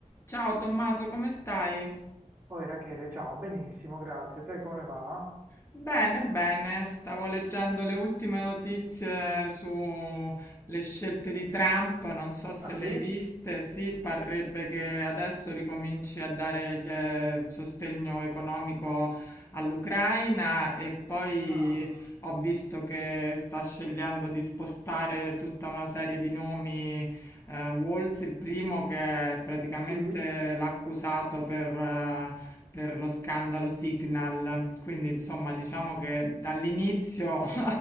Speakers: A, on the left; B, on the right.
A: Ciao Tommaso, come stai?
B: Poi Rachele, ciao, benissimo, grazie. Te come va?
A: Bene, bene, stavo leggendo le ultime notizie sulle scelte di Trump, non so se
B: Ah sì?
A: le hai viste, sì, parrebbe che adesso ricominci a dare il eh, sostegno economico all'Ucraina e poi
B: Ah,
A: ho visto che sta scegliendo di spostare tutta una serie di nomi eh, Walz, il primo che praticamente
B: sì?
A: l'ha accusato per, eh, per lo scandalo Signal. Quindi, insomma, diciamo che dall'inizio <laughs> ha,